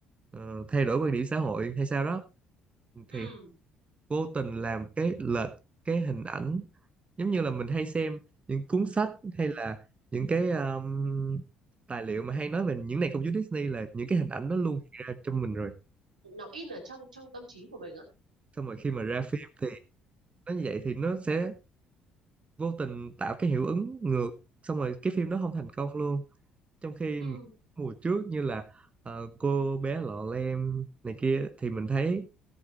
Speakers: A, on the right; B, on the right.
A: ờ, thay đổi quan điểm xã hội hay sao đó
B: Ừ.
A: thì vô tình làm cái lệch cái hình ảnh giống như là mình hay xem những cuốn sách hay là những cái um, tài liệu mà hay nói về những nền công chúa Disney là những cái hình ảnh đó luôn hiện ra trong mình rồi
B: Nó in ở trong trong tâm trí của mình á.
A: xong rồi khi mà ra phim thì nó như vậy thì nó sẽ vô tình tạo cái hiệu ứng ngược xong rồi cái phim đó không thành công luôn trong khi
B: ừ
A: mùa trước như là ờ, cô bé lọ lem này kia thì mình thấy